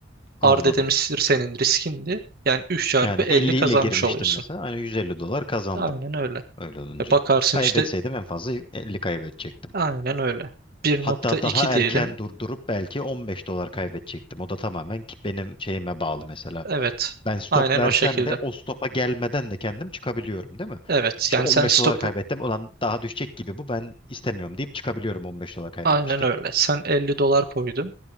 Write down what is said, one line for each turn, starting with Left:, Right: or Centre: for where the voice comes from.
Left: anladım.
Right: Ard dedemiştir senin riskindi. Yani 3 çarpı
Left: Yani
Right: 50
Left: 50
Right: kazanmış
Left: ile girmiştim
Right: oluyorsun.
Left: mesela. Hani 150 dolar kazandım
Right: Aynen öyle.
Left: öyle olunca.
Right: E bakarsın
Left: Kaybetseydim
Right: işte
Left: en fazla 50 kaybedecektim.
Right: aynen öyle. 1.2
Left: Hatta daha
Right: diyelim.
Left: erken durdurup belki 15 dolar kaybedecektim. O da tamamen ki benim şeyime bağlı mesela.
Right: Evet.
Left: Ben stop
Right: Aynen
Left: versem
Right: o şekilde.
Left: de o stopa gelmeden de kendim çıkabiliyorum değil mi?
Right: Evet.
Left: İşte
Right: Yani
Left: 15
Right: sen stopu
Left: dolar kaybettim. Ulan daha düşecek gibi bu ben istemiyorum deyip çıkabiliyorum 15 dolar kaybetmişken.
Right: aynen öyle. Sen 50 dolar koydun.